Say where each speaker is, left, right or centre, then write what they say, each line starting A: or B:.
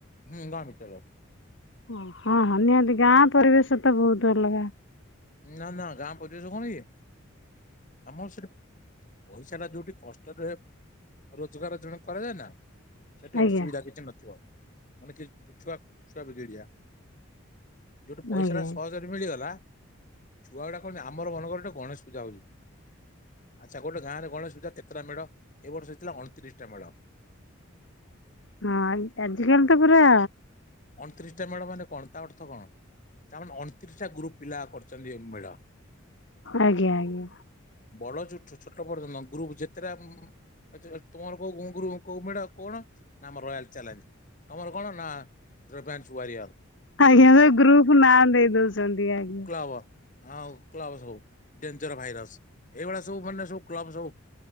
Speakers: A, on the left; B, on the left.
A: ହୁଁ ଗାଁ ଭିତରେ।
B: ଓ ହଁ ହଁ ନିହାତି ଗାଁ ପରିବେଶ ତ ବୋହୁତ ଅଲଗା।
A: ନା ନା ଗାଁ ପରିବେଶ କଣ କି ଆମର ସେଠ ପଇସା ଟା ଯୋଉଠି କଷ୍ଟରେ ହ ରୋଜଗାର ଜଣେ କରେ ନା ସେଠି
B: ଆଜ୍ଞା
A: ଅସୁବିଧା କିଛି ନଥିବ, ମାନେ କି ଛୁଆ ଛୁଆ ବି ଦିଡିଆ ଯେଉଁଠି ପଇସାଟା
B: ଆଜ୍ଞା।
A: ସହଜରେ ମିଳିଗଲା ଛୁଆଗୁଡ଼ା କହନ୍ତି ଆମର <unintelligible> ଗୋଟେ ଗଣେଶ ପୂଜା ହୋଉଚି। ଆଚ୍ଛା ଗୋଟେ ଗାଁରେ ଗଣେଶ ପୂଜା କେତେଟା ମେଢ଼? ଏ ବର୍ଷ ହେଇଥିଲା ଅଣତିରିଶଟା ମେଢ଼।
B: ହଁ ଆଜିକାଲି ତ ପୁରା
A: ଅଣତିରିଶ ଟା ମେଡ ମାନେ କଣ ତା ଅର୍ଥ କଣ ତା ଅଣତିରିଶଟା ଗ୍ରୁପ ପିଲା କରୁଛନ୍ତି ଏ <unintelligible>
B: ଆଜ୍ଞା ଆଜ୍ଞା।
A: ବଡ ଚୁଠୁ ଛୋଟ ପର୍ଯ୍ୟନ୍ତ ଗ୍ରୁପ ଯେତେଟା ଆ ତମର କୋଉ <unintelligible> କୋଉ ମେଢ କୋହୁନ ନା ରୟାଲ ଚାଲେ୍ଜ। ତମର କଣ ନା ଡ୍ରପନ୍ସ <unintelligible>
B: ଆଜ୍ଞା ଗ୍ରୁପ ନଁ ଦେଇ ଦୋଉଛନ୍ତି ଆଜ୍ଞା।
A: କ୍ବ <unintelligible> ଡେଞ୍ଜର ଭାଇରସ ଏଇଭଳିଆ ସବୁ ମାନେ ସବୁ କ୍ଲବ ସବୁ <unintelligible>